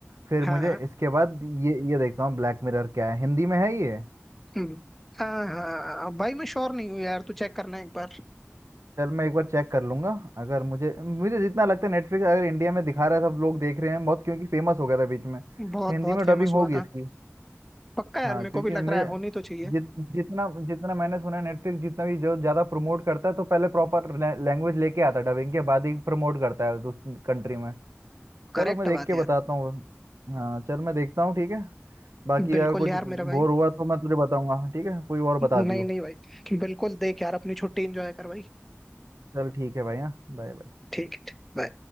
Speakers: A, on the right; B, in the centre.
A: फिर
B: हाँ
A: मुझे
B: हाँ
A: इसके बाद ये ये देखता हूँ ब्लैक मिरर क्या है हिंदी में है ये
B: हम्म, हाँ हाँ भाई मैं श्योर नहीं हूँ यार तू चेक करना एक बार
A: चल मैं एक बार चेक कर लूंगा अगर मुझे मुझे जितना लगता है नेटफ्लिक्स अगर इंडिया में दिखा रहा है सब लोग देख रहे हैं बहुत क्योंकि फेमस हो गया था बीच में तो
B: बहुत
A: हिंदी
B: बहुत
A: में
B: फेमस
A: डबिंग होगी
B: हुआ था
A: इसकी
B: पक्का यार
A: हाँ
B: मेरे
A: क्योंकि
B: को भी लग
A: मुझे
B: रहा है होनी तो चाहिए
A: जित जितना जितना मैंने सुना है नेटफ्लिक्स जितना भी जो ज़्यादा प्रमोट करता है तो पहले प्रॉपर लैंग्वेज लेके आता है डबिंग के बाद ही प्रमोट करता है उस कंट्री में चलो
B: करेक्ट
A: मैं देख
B: बात
A: के
B: है
A: बताता
B: यार
A: हूँ हाँ चल मैं देखता हूँ ठीक है बाकी
B: बिल्कुल
A: अगर कुछ
B: यार
A: बोर
B: मेरा भाई
A: हुआ तो मैं तुझे बताऊंगा ठीक है कोई और
B: नहीं
A: बता दियो
B: नहीं भाई बिल्कुल देख यार अपनी छुट्टी एंजॉय कर भाई
A: चल ठीक है भाई हाँ बाय बाय
B: ठीक है bye।